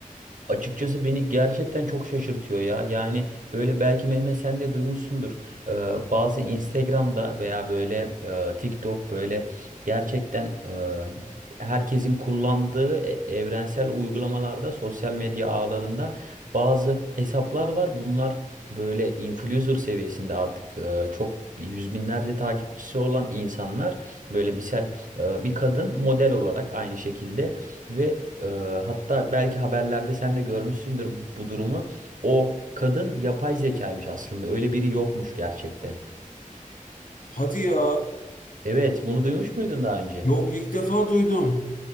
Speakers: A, on the right (about 70°); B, on the left (about 80°).
A: Açıkçası beni gerçekten çok şaşırtıyor ya. Yani böyle belki Mehmet sen de duymuşsundur. Ee, bazı Instagram'da veya böyle e, TikTok böyle gerçekten e, herkesin kullandığı e- evrensel uygulamalarda, sosyal medya ağlarında bazı hesaplar var. Bunlar böyle influencer seviyesinde artık e, çok yüz binlerce takipçisi olan insanlar böyle misal e, bir kadın model olarak aynı şekilde ve ee, hatta belki haberlerde sen de görmüşsündür bu durumu. O kadın yapay zekaymış aslında. Öyle biri yokmuş gerçekte.
B: Hadi ya.
A: Evet, bunu duymuş muydun daha önce?
B: Yok ilk defa duydum.